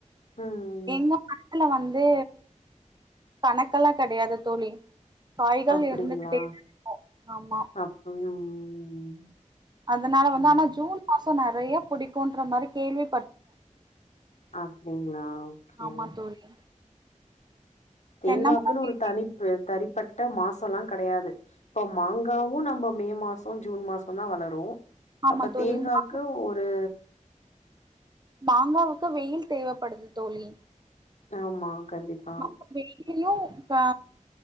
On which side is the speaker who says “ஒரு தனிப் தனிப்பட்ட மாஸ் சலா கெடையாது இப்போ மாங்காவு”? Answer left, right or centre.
Left